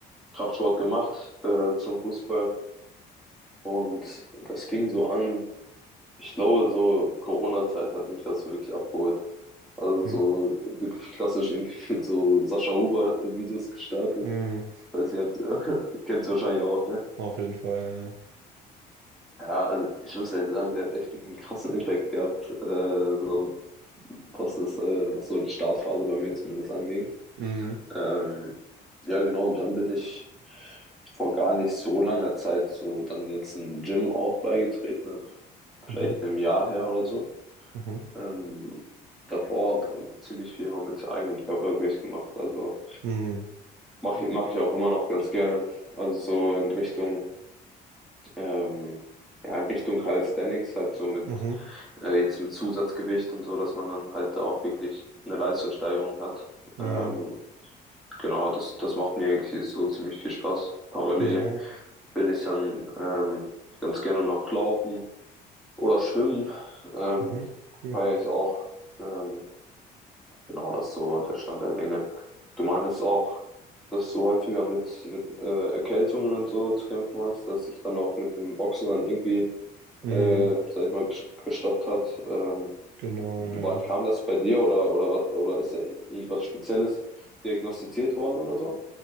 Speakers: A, in the centre; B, on the right.
A: Kraftsport gemacht, äh, zum Fußball. Und das fing so an, ich glaube, so Corona-Zeit hat mich das so wirklich abgeholt. Also
B: mhm,
A: so wirklich klassisch irgendwie <laughs> mit so Sascha Huber-Videos gestartet.
B: mhm.
A: Weiß nicht, ob- <laughs> kennst du wahrscheinlich auch, ne?
B: Auf jeden Fall.
A: Ja, also ich muss ehrlich sagen, der hat echt einen krassen Impact gehabt, äh, so was das, äh, was so die Startphase bei mir zumindest anging.
B: ja. Mhm,
A: Ähm, ja, genau, und dann bin ich vor gar nicht so langer Zeit so dann jetzt ein Gym auch beigetreten, also vielleicht
B: mhm,
A: einem Jahr her oder so.
B: mhm,
A: Ähm, davor ziemlich viel mal mit eigenem Körpergewicht gemacht, also
B: mhm,
A: mache ich, mache ich auch immer noch ganz gerne. Also so in Richtung, ähm, ja, Richtung Calisthenics, halt so mit,
B: mhm,
A: äh, jetzt mit Zusatzgewicht und so, dass man dann halt da auch wirklich eine Leistungssteigerung hat.
B: mhm.
A: Ähm, Genau, das, das macht mir eigentlich so ziemlich viel Spaß. Parallel
B: Ja,
A: will ich dann ähm, ganz gerne noch laufen oder schwimmen. Ähm,
B: mhm, cool.
A: feiere ich auch. Ähm, genau, das ist so der Stand der Dinge. Du meintest auch, dass du häufiger mit, mit äh, Erkältungen und so zu kämpfen hast, dass sich dann auch mit dem Boxen dann irgendwie,
B: Mhm,
A: äh, sag ich mal, ges- gestoppt hat. Ähm,
B: genau,
A: wann
B: ja, ja.
A: kam das bei dir oder, oder was, oder ist da irgendwas Spezielles diagnostiziert worden oder so?